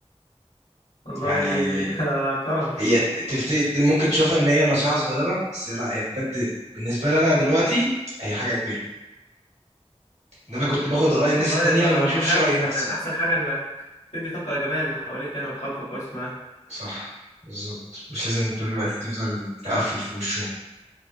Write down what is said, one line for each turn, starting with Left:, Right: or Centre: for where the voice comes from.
Left: والله
Right: يعني
Left: <laughs> ده كرم
Right: هي تفت... ممكن تشوفها ان هي نصيحة صغيرة بس لا هي بجد بالنسبة لي انا دلوقتي هي حاجة كبيرة ان انا كنت باخد آراء الناس
Left: والله
Right: التانية
Left: ب-
Right: وما بشوفش
Left: بحاول
Right: رأي نفسي
Left: كمان احسن حاجه انك تدي طاقه ايجابيه للي حواليك يعني وتحاول تبقى كويس معاهم
Right: صح بالظبط مش لازم طول الوقت تفضل تقفل في وشه